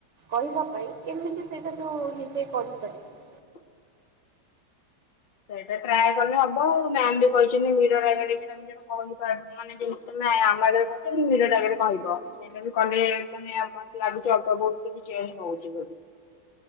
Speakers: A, on the right (about 50°); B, on the left (about 50°).
A: କହିବା ପାଇଁ କେମିତି ସେଇଟା ତୁ ନି ଯେ କରିପାରିବୁ।
B: <unintelligible> ସେଇଟା ଟ୍ରାଏ କଲେ ହବ ଆଉ ମ୍ୟାାମ ବି କହିଛନ୍ତି ମିରର ଆଗରେ <unintelligible> କହିପାରୁନ ଯେମିତି ତମେ ଆ ଆମର ହଉ କି ମିରର ଆଗରେ କହିବ ସେଇଟା ବି କଲେ-ଏ-ଏ ମାନେ ମୋତେ ଲାଗୁଛି ଅଳ୍ପ ବହୁତ କିଛି ହଉଛି ବୋଲି।